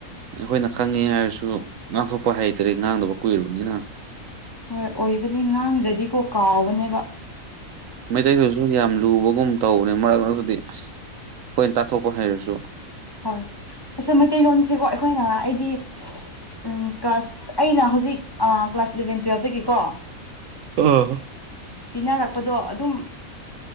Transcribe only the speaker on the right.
ꯑꯩꯈꯣꯏꯅ ꯈꯪꯉꯦ ꯍꯥꯏꯔꯁꯨ ꯉꯥꯡꯊꯣꯛꯄ ꯍꯩꯇꯔꯤ ꯉꯥꯡꯗꯕ ꯀꯨꯏꯔꯕꯅꯤꯅ꯫
ꯃꯩꯇꯩꯗꯨꯁꯨ ꯌꯥꯝ ꯂꯨꯕꯒꯨꯝ ꯇꯧꯕꯅꯤ ꯃꯔꯛ ꯃꯔꯛꯇꯗꯤ ꯑꯁ ꯑꯩꯈꯣꯏꯅ ꯇꯥꯊꯣꯛꯄ ꯍꯩꯔꯁꯨ꯫
ꯑꯥ